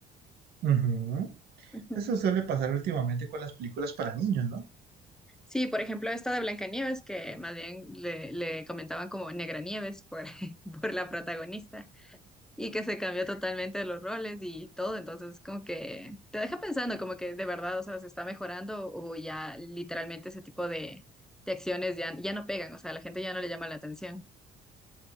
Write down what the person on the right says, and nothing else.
Ujú.
Eso suele pasar últimamente con las películas para niños, ¿no?